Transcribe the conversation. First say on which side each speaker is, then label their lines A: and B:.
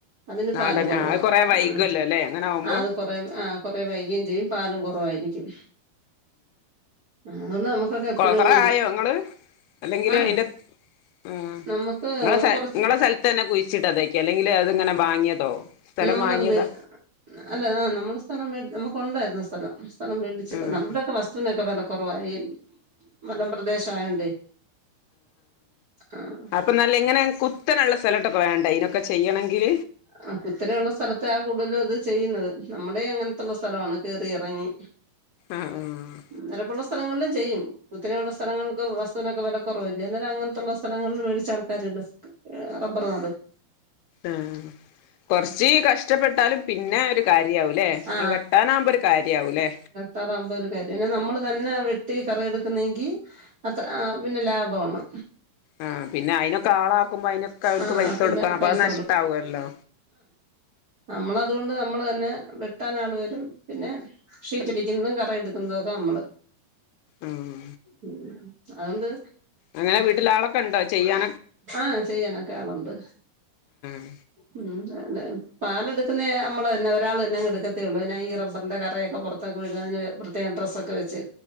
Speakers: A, on the right; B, on the left.
A: അതിന്
B: നാടൻ
A: പാല് കുറവാ
B: ആഹ് അത് കൊറേ വൈകുവല്ലോ
A: ഉം
B: ല്ലേ അങ്ങനെ ആവുമ്പോ
A: അത് കൊറേ ആ കുറ വൈകയും ചെയ്യും പാലും കുറവായിരിക്കും അതുകൊണ്ട് നമുക്കൊക്കെ എപ്പോഴും
B: കോതറയോ
A: അങ്ങ്
B: ങ്ങള് അല്ലെങ്കിൽ
A: ആ
B: ഐന്റെ ഉം
A: നമുക്ക്
B: നിങ്ങളെ സ്ഥ
A: കുറച്ച്
B: നിങ്ങളെ സ്ഥ തന്നെ കുഴിച്ചിട്ട് അതൊക്ക അല്ലെങ്ക അത്ങ്ങനെ വാങ്ങിയതോ സ്ഥലം
A: നമ്മളത്
B: വാങ്ങിയതാ
A: വ അല്ല ആഹ് നമ്മൾ സ്ഥലം നമുക്ക് ഉണ്ടായിരുന്നു സ്ഥലം സ്ഥലം മേടിച്ചിട്ട്
B: ആഹ്
A: നമ്മടുക്കെ വസ്തുവിനൊക്കെ വെല കുറവാ ഈ മലം പ്രദേശായോണ്ടെ ആഹ്
B: ഇപ്പം നല്ല ഇങ്ങനെ കുത്തനുള്ള സ്ഥലട്ടൊക്കെ വേണ്ട ഇതിനൊക്കെ ചെയ്യണെങ്കിൽ
A: ആഹ് കുത്തിനെയുള്ള സ്ഥലത്താ കൂടുതലും അത് ചെയ്യുന്നത് നമ്മുടെ അങ്ങനത്തുള്ള സ്ഥലമാണ് കേ ത്തി ഇറങ്ങി
B: ആഹ് ആഹ്
A: നെരപ്പുള്ള സ്ഥലങ്ങളിലും ചെയ്യും ഇത്ര ഉള്ള സ്ഥലങ്ങൾക്ക് വസ്തുവിനൊക്കെ വില കുറവല്ലേ അന്നേരം അങ്ങനെത്തുള്ള സ്ഥലങ്ങളിൽ മേടിച്ച ആൾക്കാരുണ്ട് ഏഹ് റബ്ബർ നടും
B: ആഹ് കൊറച്ച് കഷ്ടപ്പെട്ടാലും പിന്നെ ഒരു കാര്യയാവുലെ
A: ആ
B: വെട്ടാനാവുമ്പോ ഒരു കാര്യയാവും ല്ലേ
A: തറാൻ പോ ഒരു കാര്യം പിന്നെ നമ്മള് തന്നെ വെട്ടി കറ എടുക്കുന്നെങ്കിൽ അത്ര ആഹ് പിന്നെ ലാഭമാണ്
B: ആഹ് പിന്നെ അയിനൊക്കെ ആളെ ആക്കുമ്പോ അയിനൊക്കെ അവൽക്ക്
A: ആ
B: പൈസ
A: പിന്നെ
B: കൊടുക്കണം അപ്പൊ
A: പൈസ
B: അത് നഷ്ടവൊല്ലോ
A: നമ്മള് അതുകൊണ്ട് നമ്മള് തന്നെ വെട്ടാൻ ആള് വരും പിന്നെ ഷീറ്റ് അടിക്കുന്നതും കറ എടുക്കുന്നതും ഒക്കെ നമ്മള്
B: ഉം
A: ഉം ഉം അതോണ്ട്
B: അങ്ങനെ വീട്ടിലെ ആളെ ക്കെ ഇണ്ടോ ചെയ്യാൻ
A: ആഹ് ചെയ്യാനൊക്കെ ആളുണ്ട്
B: ഉം
A: ഉം അതന്നെ പാലെടുക്കുന്നേ നമ്മള് തന്നെ ഒരാള് തന്നെ എടുക്കത്തള്ളു പിന്നെ ഈ റബറിന്റെ കറയൊക്കെ പുറത്ത് <unintelligible> പ്രത്യേക ഡ്രസ്സ് ഒക്കെ വെച്ച്